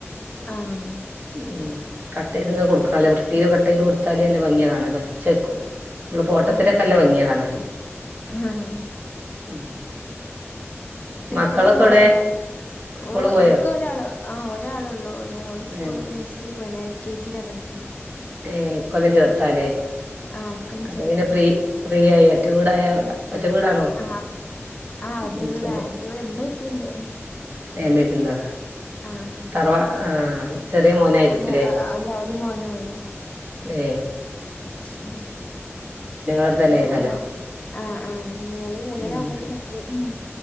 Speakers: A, on the left; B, on the right.
A: ആഹ്
B: ഉം കട്ട് ചെയ്ത്ങ്ങ് കൊടുക്കാലോ വൃത്തീല് കട്ട് ചെയ്ത് കൊടുത്താലേ ല്ല ഭംഗിയാ കാണാൻ പച്ചക്കും മ്മള് ഫോട്ടത്തിലൊക്കെ
A: ആഹ്
B: നല്ല ഭംഗിയാ കാണാന്
A: ആഹ്
B: ഉം
A: ട്രിപ്പൊക്കെ
B: മക്കളൊക്കെ
A: പോവേണാ
B: എവിടെ സ്കൂള്
A: ഓ
B: പോയോ
A: ഓൾക്ക് വരാൻ ഒരാള് ആഹ് ഒരാളെ ഒള്ളു ഒരാള് സ്കൂള്
B: ഏഹ്
A: നഴ്സറി പോയേണെ എൽ കെ ജിലാ പഠിക്കണെ
B: ഏ കൊളേജ് ഹർത്താല്ലേ
A: ആഹ് ഇക്കൊല്ലം
B: അപ്പൊ
A: ചേർത്തിയതാ
B: പിന്നെ ഫ്രീ ഫ്രീ ആയ് ഒറ്റ വീടായ ഒറ്റ വീടാണോ
A: ആഹ് ആഹ് ഒറ്റ
B: ഉം
A: വീടാ
B: സ്വന്തം
A: അറ്റവിടെ ഉമ്മേ ഉപ്പേ ഇണ്ട്
B: എം ഇ പി ന്നാ
A: ആഹ്
B: തറവാ ആഹ് ചെറിയ മോനായിരിക്കൂല്ലേ
A: അങ്ങ അ അ അല്ല ഒര് മോനേ ഒള്ളു
B: ഏ
A: ഉം
B: അടുത്ത് തന്നെ
A: അപ്പൊആ
B: ആയിക്കാല്ലോ
A: ആഹ് ആഹ് ഇനി ഓള് മൂന്നര
B: ഉം
A: ആവുമ്പത്തന്നെ എത്തും മ്